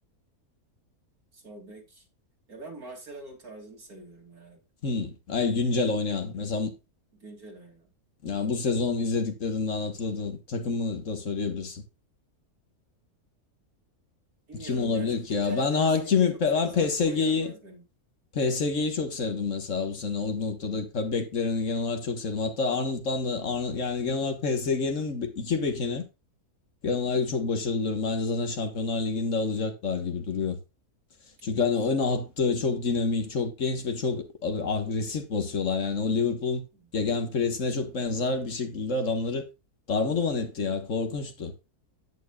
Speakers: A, on the right; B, on the left.
A: Sol bek. Ya ben Marcelo'nun tarzını seviyorum herhalde.
B: Hmm. Ay güncel oynayan. Mesela
A: Güncel ya.
B: ya bu sezon izlediklerinden hatırladığın takımı da söyleyebilirsin.
A: Bilmiyorum
B: Kim olabilir
A: ya çok
B: ki
A: güncel
B: ya? Ben
A: dersek
B: Hakimi,
A: çok
B: ben
A: fazla
B: PSG'yi
A: aklıma gelmez benim.
B: PSG'yi çok sevdim mesela bu sene. O noktada ka- beklerini genel olarak çok sevdim. Hatta Arnold'dan da
A: Hı,
B: Arnold, yani genel olarak PSG'nin iki bekini genel olarak çok başarılıyorum. Bence zaten Şampiyonlar Ligi'ni de alacaklar gibi duruyor. Çünkü
A: evet.
B: hani ön hattı çok dinamik, çok genç ve çok ag- agresif basıyorlar. Yani o Liverpool'un
A: Hı.
B: gegenpressine çok benzer bir şekilde adamları darmaduman etti ya. Korkunçtu.